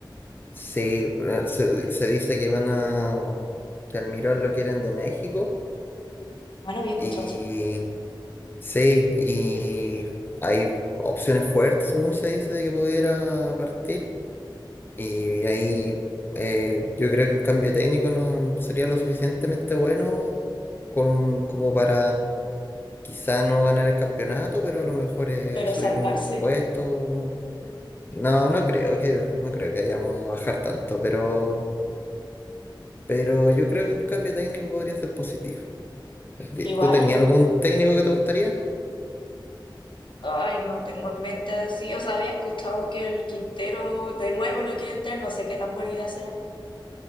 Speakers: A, on the left (about 25°); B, on the left (about 70°).
A: Sí, bueno, se, se dice que van a, que Almirón lo quieren de México
B: ah, no había escuchado
A: y
B: eso.
A: sí, y hay opciones fuertes, según se dice, de que pudiera partir. Y ahí eh, yo creo que un cambio técnico no sería lo suficientemente bueno con- como para Quizá no ganar el campeonato, pero a lo mejor es
B: pero
A: subir
B: salvarse.
A: unos puestos. No, no creo que, no creo que vayamos a bajar tanto, pero, pero yo creo que un cambio técnico podría ser positivo. Ti-
B: Igual,
A: ¿Tú tenías algún técnico que te gustaría?
B: ay, no tengo en mente así. O sea, había escuchado que el Quintero de nuevo lo quiere entrar. No sé qué tan buena idea será.